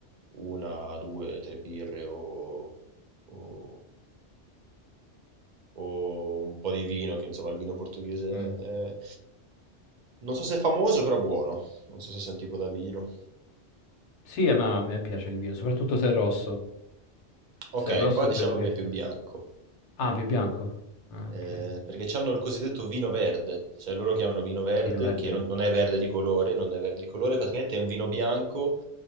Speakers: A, on the right; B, on the left.
A: una, due, tre birre o, o o un po' di vino, che insomma il vino portoghese
B: mm.
A: è... non so se è famoso, però buono. Non so se sia un tipo da vino.
B: Sì, a me, a me piace il vino, soprattutto se è rosso.
A: Ok,
B: Se è rosso
A: qua diciamo
B: credo che...
A: che è più
B: no.
A: bianco.
B: Ah, più bianco. Ah,
A: Eh,
B: ok.
A: perché hanno il cosiddetto vino verde, cioè loro chiamano vino verde,
B: Vino verde?
A: che non, non è verde di colore, non è verde di colore, praticamente è un vino bianco